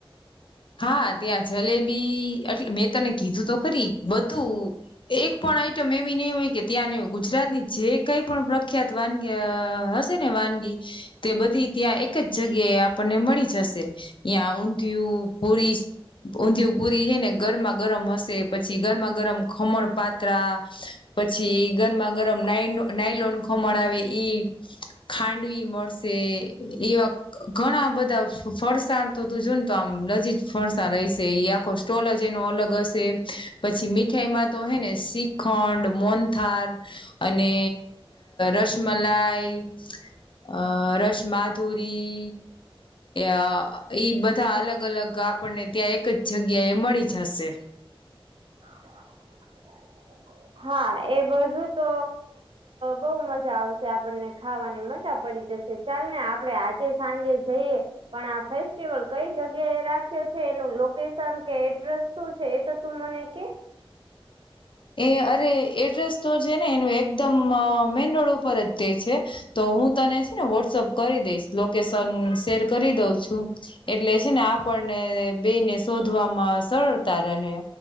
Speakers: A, on the left; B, on the right.
A: હા ત્યાં જલેબી એટ મેં તને કીધું તો ખરી બધું- -એક પણ આઈટમ એવી નહી હોય કે ત્યાં ગુજરાતની જે કઈ પણ પ્રખ્યાત- વાનગી હશે ને વાનગી- તે બધી ત્યાં એક જ જગ્યા એ આપણને મળી જશે. યા ઊંધિયું પૂરી ઊંધિયું પૂરી છે. ને- ગરમા ગરમ હશે પછી ગરમા ગરમ ખમણ પાત્રા- પછી ગરમા ગરમ ના નાઈલોન ખમણ આવે ઈ- ખાંડવી મળશે એ વા- ઘણા બધા ફરસાણ તો તું જો ને તો આમ લજી- ફણસા રશે આખો સ્ટોલ જ એનો અલગ હશે પછી મીઠાઈમાં તો હે ને શીખ- ખંડ મોનથાર અને રસમલાઈ- અ રસ માધુરી અ એઈ બધા- બધા અલગ અલગ આપણને ત્યાં એક જ જગ્યાએ મળી જશે.
B: <inaudible>
A: <inaudible>
B: હા એ બધું તો બહુ મજા આવશે આપણને ખાવાની મજા પડી જશે. ચાલ ને આપડે આજે સાંજે જઈએ. પણ આ ફેસ્ટિવલ કઈ જગ્યા એ રાખ્યો છે એનું લોકેશન કે એડ્રેસ શું છે એ તો તું મને- <unintelligible>
A: એ અરે એડ્રેસ તો છે ને એનું એકદમ મેન રોડ ઉપર જ તે છે. તો હું તને છે ને વોટ્સઅપ કરી દઈશ લોકેશન શેર કરી દઉં છું- એટલે છે. ને આપણને બે ને શોધવામાં સરળતા રહે-